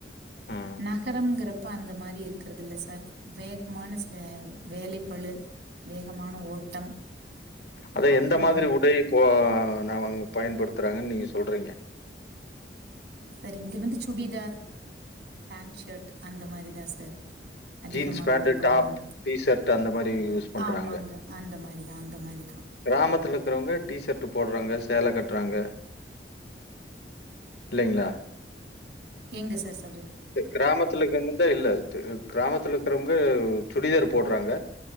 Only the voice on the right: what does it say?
நகரம்ங்கிறப்ப அந்த மாரி இருக்கறது இல்ல சார் வேகமான ச வேலைப்பழு வேகமான ஓட்டம்
அப்புறோ
சார் இங்க வந்து சுடிதார் பேண்ட் ஷர்ட் அந்த மாரி தான் சார் அதிகமா
வியர் பண்ணுவாங்க
ஆமாங்க அந்த மாரிதா அந்த மாரிதா
எங்க சார் ஸ்